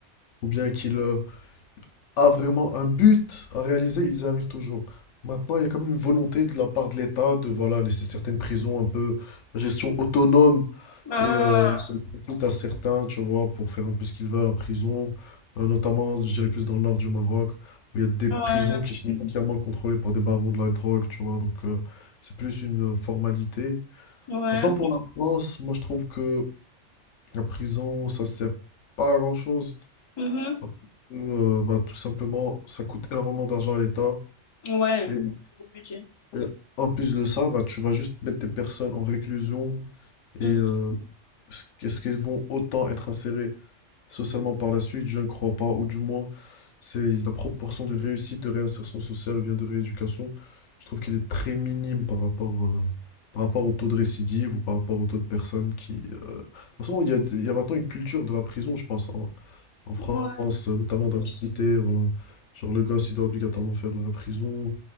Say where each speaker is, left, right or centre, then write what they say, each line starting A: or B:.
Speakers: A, on the left; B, on the left.
A: ou bien qu'il euh, a vraiment un but à réaliser, ils y arrivent toujours. Maintenant, il y a comme une volonté de la part de l'État de voilà, laisser certaines prisons un peu à gestion autonome
B: Mhm.
A: et euh, ils s'en profitent à certains, tu vois, pour faire un peu ce qu'ils veulent en prison, Euh, notamment, je dirais plus dans le nord du Maroc, où il y a des
B: Ouais,
A: prisons qui sont Mhm. entièrement contrôlées par des barons de la drogue, tu vois, donc euh, c'est plus une euh, formalité.
B: ouais,
A: Maintenant, pour la France, moi je trouve que la prison, ça sert pas à grand-chose.
B: mhm,
A: Parce que, euh, bah, tout simplement, ça coûte énormément d'argent à l'État.
B: ouais,
A: Et,
B: gros budget.
A: et en plus de ça, bah, tu vas juste mettre des personnes en réclusion.
B: Mhm,
A: Et euh, est-ce est-ce qu'elles vont autant être insérées? Socialement par la suite, je ne crois pas, ou du moins, c'est la proportion de réussite de réinsertion sociale ou bien de rééducation, je trouve qu'elle est très minime par rapport, euh, par rapport au taux de récidive ou par rapport au taux de personnes qui... euh, De toute façon, il y a, il y a maintenant une culture de la prison, je pense, en, en France,
B: Ouais,
A: euh, notamment dans les cités, voilà. Genre le gosse, il doit obligatoirement faire de la prison,